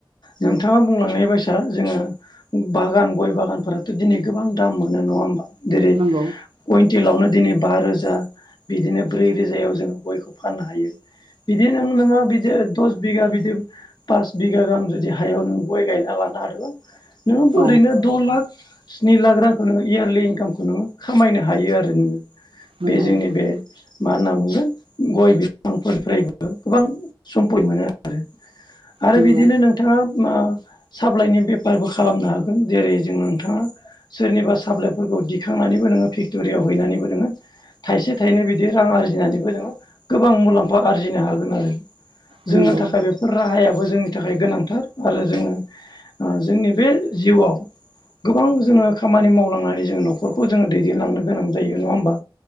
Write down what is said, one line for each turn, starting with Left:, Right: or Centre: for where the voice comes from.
Left: नोंथाङा बुंलांनाय बायसा जोङो बागान गय बागानफोराथ दिनै गोबां दाम मोनो नंङा होमबा जेरै
Right: नंगौ
Left: कुइन्टेलावनो दिनै बा रोजा बिदिनो ब्रै रोजायाव जों गयखौ फाननो हायो। बिदि नों नोङो बिदि दस बिगा बिदि पास बिगा गाहाम जुदि हायाव नों गय गायना लानो हादोंबा नोङो
Right: औ
Left: ओरैनो द लाख स्नि लाख रांखौ नोङो इयारलि इनकामखौ नोङो खामायनो हायो आरो नोङो।
Right: नंगौ
Left: बे जोंनि
Right: नंगौ
Left: बे
Right: औ
Left: मा होनना बुंगोन गय बिफां फोरनिफ्रायबो गोबां सम्फय मोनो आरो। आरो
Right: नंगौ
Left: बिदिनो नोंथाङा साप्लाइनि बेफारबो खालामनो हागोन। जेरै जोंङो नोंथांङा सोरनिबा साप्लाइफोरखौ दिखांनानैबो नोङो फेक्टरियाव हैनानैबो नोङो थाइसे थाइनै बिदि रां आरजिनानैबो जोङो गोबां मुलाम्फा आरजिनो हागोन आरो। जोंनो
Right: नंगौ नंगौ
Left: थाखाय बेफोर राहाया दाबो जोंनि थाखाय गोनांथार आरो जोङो जोंनि बे जिउआव गोबां जोंङो खामानि मावलांनानै जोंङो नखरखौ जोंङो दैदेनलांनो गोनां जायो नंङा होमबा।